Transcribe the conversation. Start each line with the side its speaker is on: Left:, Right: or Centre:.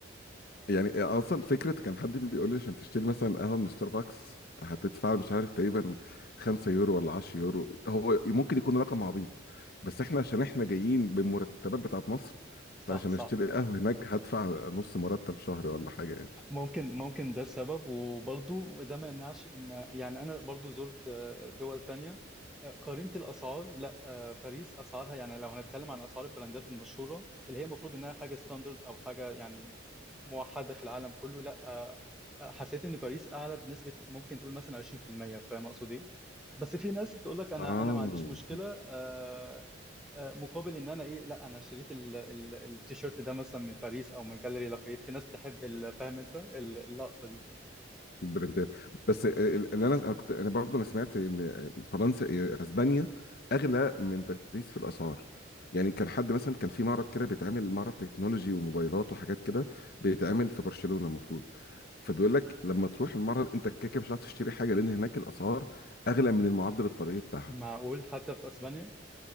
Left: يعني اصلا فكره كان حد بيقول لي عشان تشتري مثلا قهوه من ستاربكس هتدفع مش عارف تقريبا 5 يورو ولا 10 يورو هو ممكن يكون رقم عبيط بس احنا عشان احنا جايين بالمرتبات بتاعت مصر
Centre: صح
Left: فعشان
Centre: صح
Left: اشتري قهوه هناك هدفع نص مرتب شهر ولا حاجه يعني
Centre: ممكن ممكن ده السبب وبرضو ده ما يمنعش ان يعني انا برضو زرت آه، دول تانية آه، قارنت الاسعار لا آه، باريس اسعارها يعني لو هنتكلم عن اسعار البراندات المشهورة اللي هي المفروض انها حاجة ستاندرد او حاجة يعني موحدة في العالم كله لا آه، آه، حسيت ان باريس اعلى بنسبة ممكن تقول مثلا 20% فاهم اقصد ايه بس في ناس تقول لك انا
Left: اه
Centre: انا ما عنديش مشكلة آه، آه، مقابل ان انا ايه لا انا شريت ال- ال- التيشيرت ده مثلا من باريس او من جاليري لافايت في ناس تحب ال- فاهم انت ال- اللقطه دي
Left: البرنتات بس ال- اللي انا انا كنت انا برضو انا سمعت ان فرنسا إيه، اسبانيا اغلى من باريس في الاسعار يعني كان حد مثلا كان في معرض كده بيتعمل معرض تكنولوجي وموبايلات وحاجات كده بيتعمل في برشلونة المفروض فبيقول لك لما تروح المعرض انت كده كده مش هتعرف تشتري حاجه لان هناك الاسعار اغلى من المعدل الطبيعي بتاعها
Centre: معقول حتى في اسبانيا